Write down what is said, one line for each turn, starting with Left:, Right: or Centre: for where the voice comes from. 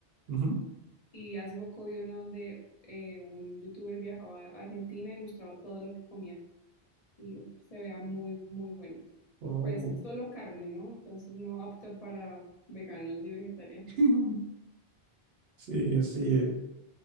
Right: Ujú.
Left: Y hace poco vi uno donde eh, un youtuber viajaba a Argentina y mostraba todo lo que comía. Y uf, se vea muy, muy bueno.
Right: Oh.
Left: Pues solo carne, ¿no? Entonces no apto para veganos ni vegetarianos.
Right: <laughs> Sí, así es.